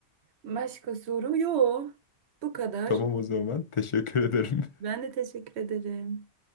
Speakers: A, on the right; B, on the left.
A: Başka soru yok. Bu kadar.
B: Tamam o zaman. Teşekkür ederim.
A: Ben
B: <laughs>
A: de teşekkür ederim.